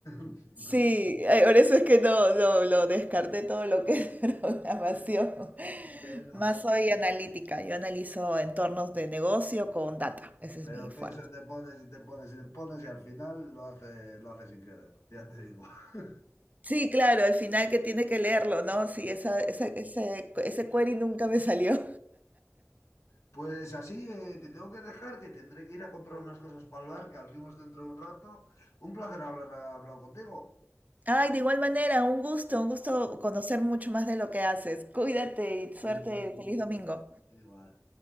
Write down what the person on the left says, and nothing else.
<laughs>
Que no.
Pero
que eso te pones y te pones y te pones y al final lo hace, lo hace sin querer, <laughs> ya te digo. <laughs>
Sí.
Pues así eh, te tengo que dejar, que tendré que ir a comprar unas cosas para el bar que abrimos dentro de un rato. Un placer hablar, hablar contigo.
Igual,
igual.